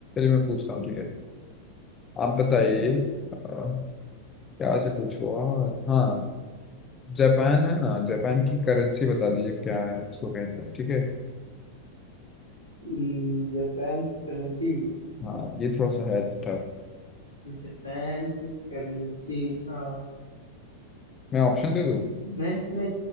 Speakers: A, on the left; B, on the left.
A: मैं पूछता हूँ ठीक है आप बताइए
B: ठीक है
A: अ, क्या से पूछूँ हाँ हाँ, जापान है ना जापान की करेंसी बता दीजिए क्या है उसको कहते हैं ठीक है
B: हम्म, जापान की करेंसी
A: हाँ ये थोड़ा सा है टफ
B: जापान की करेंसी हाँ
A: मैं ऑप्शन दे दूँ
B: मैं इसमें